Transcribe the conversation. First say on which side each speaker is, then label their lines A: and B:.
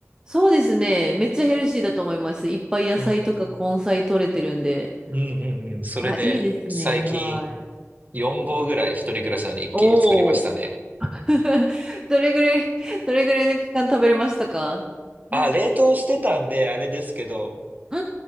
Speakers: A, on the right (about 15°); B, on the right (about 35°).
A: そうですね。めっちゃヘルシーだと思います。いっぱい野菜とか根菜取れてるんで。
B: うん。うんうんうん。それで最近
A: あ、いいですね。はい。
B: 4合ぐらい一人暮らしなので一気に作りましたね。
A: おお。<laughs> どれぐらい、どれぐらいの期間食べれましたか
B: あ、
A: <laughs>
B: 冷凍してたんであれですけど、
A: う